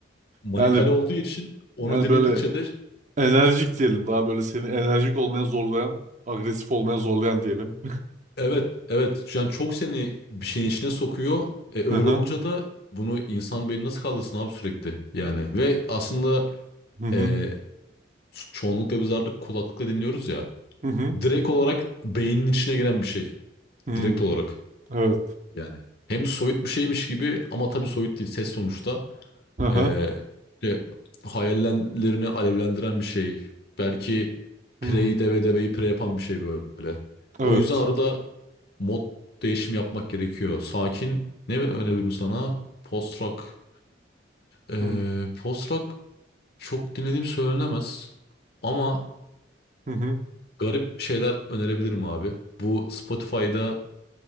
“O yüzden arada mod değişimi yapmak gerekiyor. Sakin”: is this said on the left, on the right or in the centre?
Left